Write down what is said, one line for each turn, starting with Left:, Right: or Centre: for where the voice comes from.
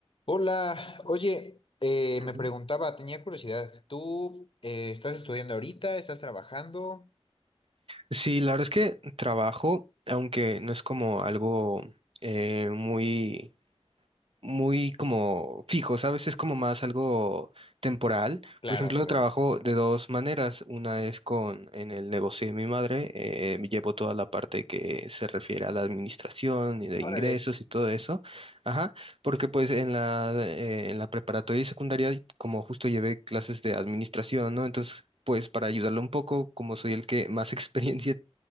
Left: Hola, oye, eh, me
Right: Ujú.
Left: preguntaba, tenía curiosidad, ¿tú eh, estás estudiando ahorita? ¿Estás trabajando?
Right: Sí, la verdad es que trabajo, aunque no es como algo eh, muy... muy como fijo, ¿sabes? Es como más algo temporal.
Left: Claro,
Right: Por ejemplo,
Left: claro.
Right: trabajo de dos maneras. Una es con en el negocio de mi madre, eh, llevo toda la parte que se refiere a la administración y de
Left: Órale,
Right: ingresos y todo eso. Ajá, porque pues en la eh, en la preparatoria y secundaria, como justo llevé clases de administración, ¿no? Entonces, pues para ayudarlo un poco, como soy el que más <laughs> experiencia